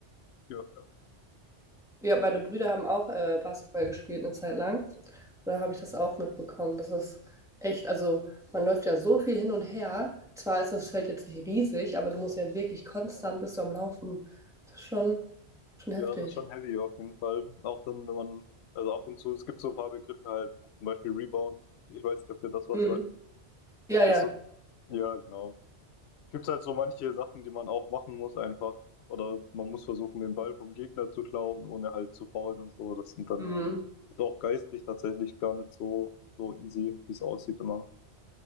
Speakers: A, on the left; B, in the centre.
A: ja. ja.
B: ja, meine Brüder haben auch äh, Basketball gespielt eine Zeit lang. Und da habe ich das auch mitbekommen. Das ist echt, also man läuft ja so viel hin und her. Zwar ist das Feld jetzt nicht riesig, aber du musst ja wirklich konstant bist du am Laufen. Das ist schon, schon
A: Ja,
B: heftig.
A: das ist schon heavy auf jeden Fall. Auch dann, wenn man, also ab und zu, es gibt so ein paar Begriffe halt, zum Beispiel Rebound. Ich weiß nicht, ob dir das was
B: Mhm.
A: sagt.
B: Ja, ja.
A: Das so, ja, genau. Gibt's halt so manche Sachen, die man auch machen muss einfach. Oder man muss versuchen, den Ball vom Gegner zu klauen, ohne halt zu foulen und so. Das sind dann
B: Mhm.
A: ist auch geistig tatsächlich gar nicht so, so easy, wie es aussieht immer.